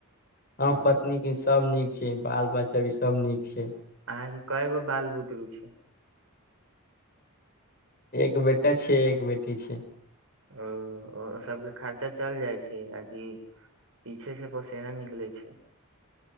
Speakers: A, on the left; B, on the right.
A: ह
B: ओ
A: पत्नी की सब नीक बाल बच्चा भी सब नीक छै
B: अहाँके क गो बाल बुद रु छै
A: एक बेटा छै एक बेटी छै
B: ओ ओ सबके खर्चा चल जाइ छै आकि पीछे से पोसेना निकलै छै